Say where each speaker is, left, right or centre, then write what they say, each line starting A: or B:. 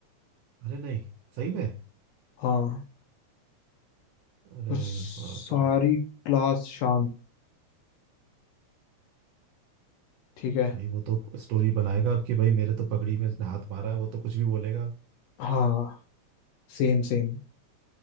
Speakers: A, on the right; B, on the left.
A: अरे नहीं सही में
B: हाँ
A: अरे
B: उस
A: बाप
B: सारी
A: रे
B: क्लास शांत ठीक है
A: भाई वो तो स्टोरी बनाएगा आपकी भाई मेरे तो पगड़ी में इसने हाथ मारा है वो तो कुछ भी बोलेगा
B: हाँ सेम सेम